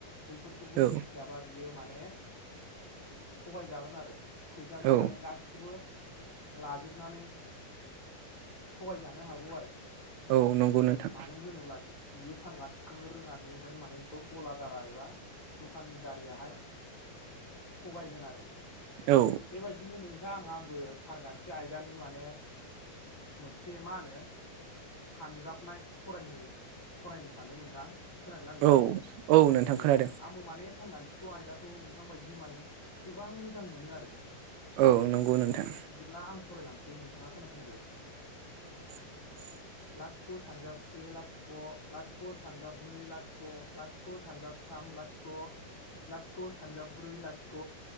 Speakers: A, on the left (about 35°); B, on the right (about 80°).
A: बैफोरखौबो
B: औ
A: मिथि थियाबा बियो माने थगायजागोन आरो फैसाखौ
B: औ
A: माने खौबो लाजोबनानै थगायजानो हागौ आरो
B: औ नंगौ नोंथां
A: मानो होनोब्ला बियो सानखान्थिखौनो रोङा बेनिखायनो माने बेखौ गलादारा एबा दखानदारियाहाय थगायगोन आरो
B: औ
A: बेबायदिनो नोंथां आं आंबो सानखान्थि आयदानि माने मोनसे मा होनो सानजाबनाय फरायनो फरायनो सानदों नोंथां खोनादोंना नोंथां
B: औ नोंथां
A: औ
B: खोनादों
A: आंबो माने सानखान्थि सु आयदाखौ नोंथां बायदिनो माने गोबां मोजां मोनो आरो।
B: औ नंगौ नोंथां।
A: बिदिब्ला आं फरायलांसै नोंथाङा खोनासंदो।
B: <inaudible>
A: लाथिख' सानजाब से लाथिख' लाथिख' सानजाब नै लाथिख' लाथिख' सानजाब थाम लाथिख' ख लाथिख' सानजाब्रै लाथिख'